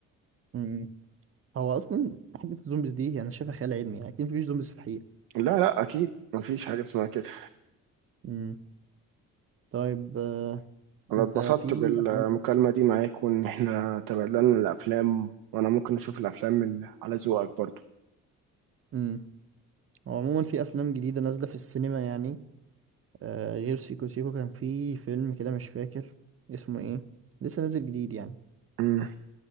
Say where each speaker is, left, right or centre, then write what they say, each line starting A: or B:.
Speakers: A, on the right; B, on the right.
A: امم هو اصلا حته الزومبيز دي انا شايفها خيال علمي اكيد مفيش زومبيز في الحقيقه
B: لا لا أكيد مفيش حاجة اسمها كده
A: امم طيب آه،
B: انا
A: انت
B: اتبسطت
A: في
B: بالمكالمة
A: افلام
B: دي معاك وان احنا تبادلنا الافلام وانا ممكن اشوف الافلام اللي على ذوقك برضو
A: امم هو عموما في افلام جديده نازله في السينما يعني آه، غير سيكو سيكو كان في فيلم كده مش فاكر اسمه ايه لسه نازل جديد يعني
B: مم.